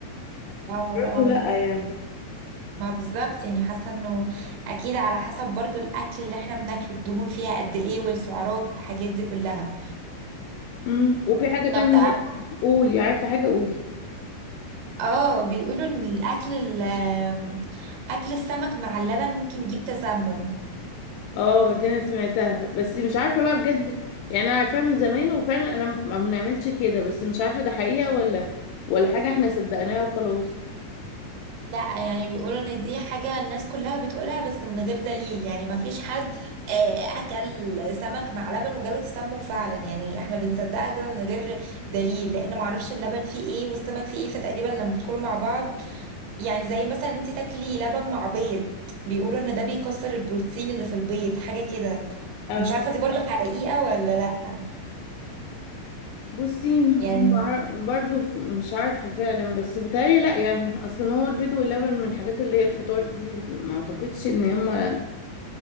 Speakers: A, on the right; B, on the left.
A: اه اه
B: برضه لا يعني
A: ما بالظبط يعني حاسه انه اكيد على حسب برضو الاكل اللي احنا بناكله الدهون فيها قد ايه والسعرات والحاجات دي كلها
B: امم وفي حاجه تانية
A: طب تعرف
B: برضه قولي عارفه حاجه قولي
A: اه بيقولوا ان الاكل ال- اكل السمك مع اللبن ممكن يجيب تسمم
B: اه دي انا سمعتها بس مش عارفه بقى بجد يعني انا عارفاها من زمان وفعلا انا ما بنعملش كده بس مش عارفه ده حقيقه ولا ولا حاجه احنا صدقناها وخلاص
A: لا يعني بيقولوا ان دي حاجة الناس كلها بتقولها بس من غير دليل يعني ما فيش حد آه، اكل سمك مع لبن وجاله تسمم فعلا يعني احنا بنصدقها كده من غير دليل لان ما اعرفش اللبن فيه ايه والسمك فيه ايه فتقريبا لما بيدخلوا مع بعض يعني زي مثلا انت تاكلي لبن مع بيض بيقولوا ان ده بيكسر البروتين اللي في البيض حاجة كده
B: اه
A: مش عارفة دي برضو حقيقة ولا لا
B: بصي
A: يعني
B: مع- برضو ف- مش عارفة فعلا بس بتهيألي لأ يعني أصلا هو البيض واللبن من الحاجات اللي هي الفطار دي اللي ما أعتقدش إن هما